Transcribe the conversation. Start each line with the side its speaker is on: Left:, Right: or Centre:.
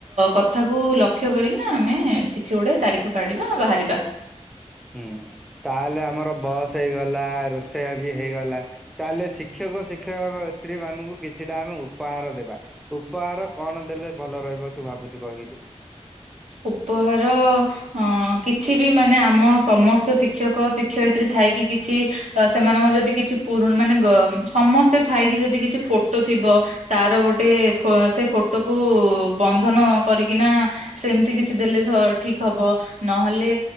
Right: କଥାକୁ ଲକ୍ଷ୍ୟ କରିକିନା ଆମେ କିଛି ଗୋଟେ ତାରିଖ କାଢିବା ବାହାରିବା।
Centre: ହୁଁ ତାହେଲେ ଆମର ବସ୍ ହେଇଗଲା ରୋଷେଇ ବି ହେଇଗଲା ତାହେଲେ ସିକ। ଶିକ୍ଷକ, ଶିକ୍ଷୟିତ୍ରୀ ମାନଙ୍କୁ କିଛିଟା ଆମେ ଉପହାର ଦେବା। ଉପହାର କଣ ଦେଲେ ଭଲ ରହିବ ତୁ ଭାବୁଛୁ କହିଲୁ?
Right: ଉପହାର ହଁ କିଛି ବି ମାନେ ଆମ ସମସ୍ତ ଶିକ୍ଷକ ଶିକ୍ଷୟିତ୍ରୀ ଥାଇକି କିଛି ତ ସେମାନଙ୍କ ଯଦି କିଛି ପୁରୁଣ ମାନେ ସମସ୍ତେ ଥାଇକି ଯଦି କିଛି ଫଟୋ ଥିବ। ତାର ଗୋଟେ ସେ ଫଟୋକୁୁ ବନ୍ଧନ କରିକିନା ସେମିତି କିଛି ଦେଲେ ଠିକ ହବ ନହେଲେ